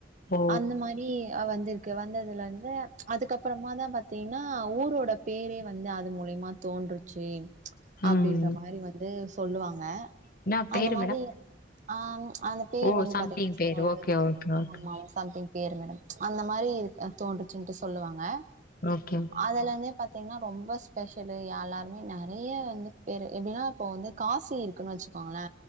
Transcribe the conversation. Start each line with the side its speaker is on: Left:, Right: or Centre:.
Left: ஓ
Right: அந்த மாரி வந்திருக்கு வந்ததுல இருந்து அதுக்கப்றமா தா பாத்தீங்கன்னா ஊரோட பேரே வந்து அது மூலிமா தோன்றுச்சு அப்டின்ற
Left: ம்
Right: மாரி வந்து சொல்லுவாங்க
Left: என்னா பேரு
Right: அந்த மாரி
Left: மேடம்
Right: அ அந்த போர்
Left: ஓ
Right: வந்து
Left: சம்திங்
Right: பாத்தீங்கன்னா
Left: பேரு ஓகே ஓகே
Right: <unintelligible>
Left: ஓகே
Right: ஆமா சம்திங் பேரு மேடம் அந்த மாரி இது தோன்றுச்சுட்டு சொல்லுவாங்க
Left: ஓகே
Right: அதுல இருந்தே பாத்தீங்கன்னா ரொம்ப ஸ்பெஷலு எல்லாருமே நெ நெறைய வந்து பேரு எப்டின்னா இப்போ வந்து காசி இருக்குன்னு வெச்சுக்கோங்களே